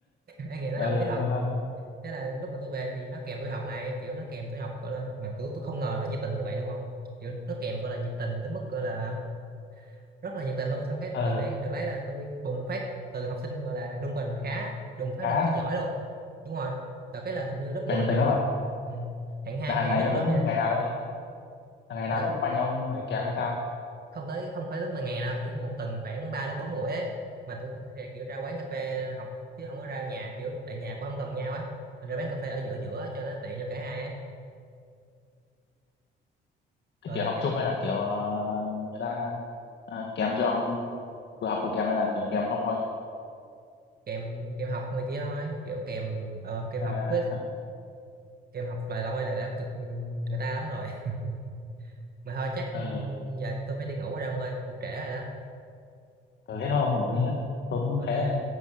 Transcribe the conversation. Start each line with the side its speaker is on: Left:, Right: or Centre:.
Right: <laughs> em nghĩ nó
Left: ừ
Right: đồng ý thật
Left: coi sao nữa
Right: thế là lúc mà tôi về thì nó kèm tuổi học này kiểu nó kèm tuổi học gọi là mà kiểu tôi không ngờ nó nhiệt tình như vậy đúng không kiểu nó kèm gọi là nhiệt tình tới mức gọi là rất là nhiệt tình luôn xong cái
Left: ừ
Right: tự nhiên được lấy là tôi bùng một phát từ học sinh gọi là trung bình khá đùng phát
Left: khá
Right: lên học sinh giỏi luôn đúng rồi đợt cái là hình như lớp 10
Left: kiểu nhiệt
Right: là
Left: tình lắm
Right: tôi
Left: à
Right: ừ. hạng hai
Left: là hàng
Right: hạng
Left: ngày
Right: nhất
Left: nó
Right: lớp
Left: cũng
Right: vậy đấy
Left: ngày nào đâu là ngày
Right: Thế
Left: nào
Right: là
Left: nó cũng qua nhà ông để kèm hay sao
Right: không tới không phải tới mà ngày nào kiểu một tuần khoảng 3 đến 4 buổi ấy mà tôi sẽ kiểu ra quán cà phê học chứ không có ra nhà kiểu tại nhà cũng không gần nhau á Nên ra quán cà phê ở giữa giữa cho nó tiện cho cả hai ấy
Left: cái
Right: rồi
Left: kiểu
Right: là
Left: học
Right: kiểu
Left: chung hay là kiểu ờ, người ta ờ, kèm cho ông vừa học vừa kèm hay là kiểu kèm không thôi
Right: kèm kèm học này kia thôi kiểu kèm ờ, kèm
Left: à
Right: học với kèm học vài lôi là đã cực người ta lắm rồi <laughs> mà thôi chắc ừ,
Left: ừ
Right: giờ tôi phải đi ngủ rồi ông ơi cũng trễ rồi đó
Left: ừ thế thôi ông ngủ đi nhá tôi cũng
Right: ok
Left: thế đây